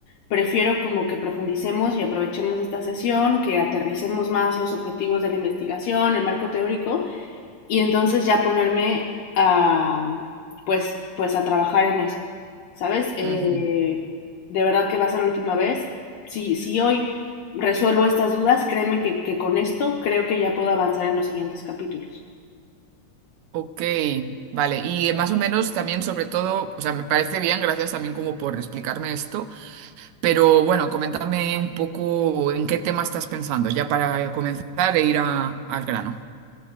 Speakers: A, on the left (about 70°); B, on the right (about 85°).
A: Prefiero como que profundicemos y aprovechemos esta sesión, que aterricemos más los objetivos de la investigación, el marco teórico y entonces ya ponerme a, mm, pues, pues a trabajar en eso, ¿sabes? Eh,
B: Ujú.
A: de verdad que va a ser la última vez. Si, si hoy resuelvo estas dudas, créeme que, que con esto creo que ya puedo avanzar en los siguientes capítulos.
B: Ok, vale, y eh, más o menos también sobre todo, o sea, me parece bien, gracias también como por explicarme esto, pero bueno, coméntame un poco en qué tema estás pensando, ya para comenzar e ir a- al grano.